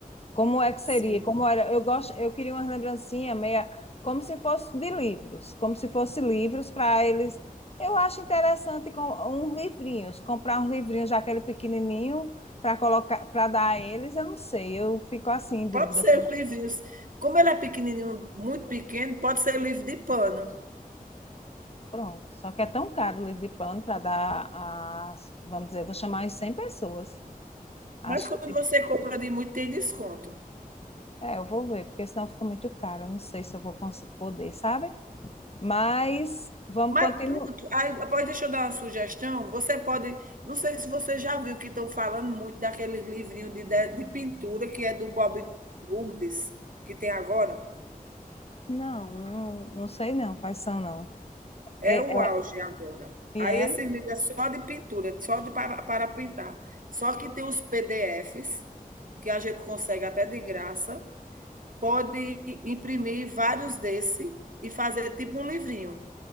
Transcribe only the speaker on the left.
Como é que seria?
Como era? Eu gosto, eu queria umas lembrancinhas meia como se fosse de livros, como se fosse livros para eles. Eu acho interessante com uns livrinhos, comprar uns livrinhos, já aquele pequenininho, para colocar, para dar a eles, eu não sei, eu fico assim em dúvida.
Pronto. Só que é tão caro o livro de plano para dar as, vamos dizer, vou chamar as 100 pessoas. Acho
que
é, eu vou ver, porque senão fica muito caro. Eu não sei se eu vou cons- poder, sabe? Mas vamos
continuar.
Não, não, não sei não quais são, não.
É,
é,
e
é,